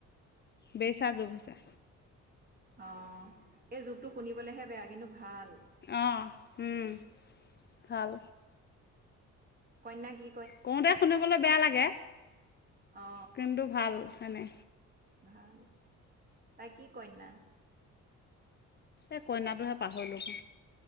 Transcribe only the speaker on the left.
বেচা জ বেছা।
অ, উম, ভাল।
কওতে শুনিবলৈ বেয়া লাগে,
কিন্তু ভাল হয়নে?
এই কইনাটোহে পাহৰিলো।